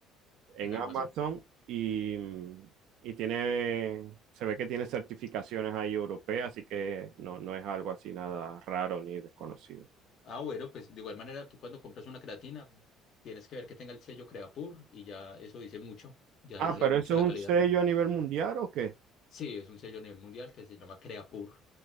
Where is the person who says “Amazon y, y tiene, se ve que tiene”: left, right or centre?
Right